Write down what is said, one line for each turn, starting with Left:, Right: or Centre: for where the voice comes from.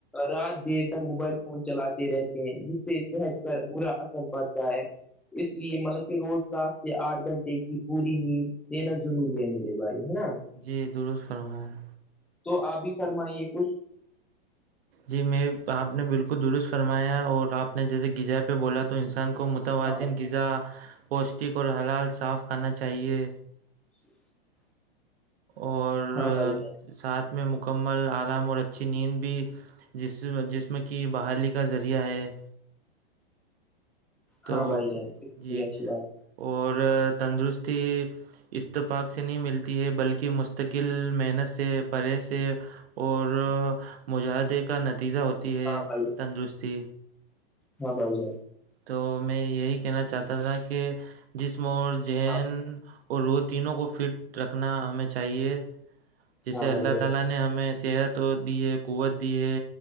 Centre: رات دیر تک موبائل فون چلاتے رہتے ہیں جس سے صحت پر برا اثر پڑتا ہے اس لیے مطلب کہ روز سات سے آٹھ گھنٹے کی پوری نیند دینا ضروری ہے میرے بھائی ہے نا
Right: جی درست فرما ہے
Centre: تو آپ بھی فرمائیے کچھ
Right: جی میں آپ نے بالکل درست فرمایا اور آپ نے جیسے غذائے پہ بولا تو انسان کو توازن
Centre: ہاں بھائی
Right: غذا پوشٹک اور حلال صاف کرنا چاہیے
Centre: <unintelligible>
Right: اور
Centre: ہاں بھائی جان
Right: ساتھ میں مکمل آرام اور اچھی نیند بھیس جسم کی بحالی کا ذریعہ ہے
Centre: ہاں
Right: تو
Centre: بھائی جان کتنی
Right: جی
Centre: اھی بات
Right: اور تندرستی اتفاق سے نہیں ملتی ہے بلکہ م متقل محنت سے پرے سے اور مجاہدے کا نتیجہ ہوتا تی ہے
Centre: ہاں بھائی جان
Right: تندرستی
Centre: ہاں بھائی جائی
Right: تو میں یہی کہنا چاہتا تھا کہ جسم اور جین
Centre: ہاں بھائی
Right: اور وہ تینوں کو فٹ رکھنا ہمیں چاہیے جسے
Centre: ہاں
Right: اللہ
Centre: بھائی جان
Right: تعالا نے ہمیں صحت دی ہے قوت دی ہے